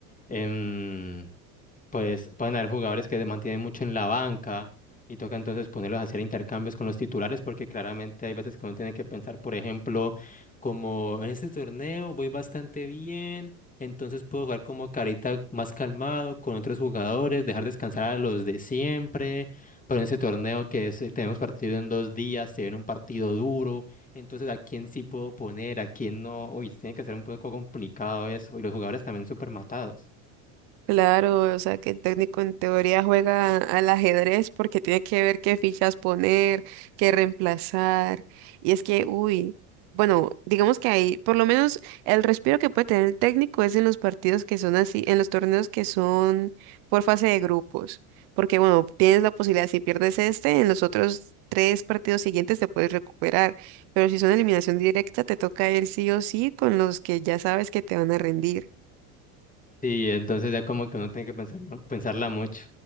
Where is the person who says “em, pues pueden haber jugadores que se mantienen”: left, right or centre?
Left